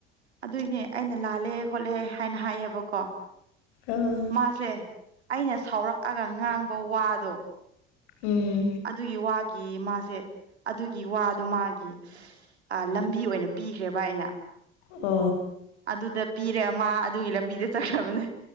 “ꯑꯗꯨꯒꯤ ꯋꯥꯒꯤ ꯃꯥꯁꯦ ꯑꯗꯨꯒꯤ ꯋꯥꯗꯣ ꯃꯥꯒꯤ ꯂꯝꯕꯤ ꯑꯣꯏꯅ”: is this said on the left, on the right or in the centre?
Right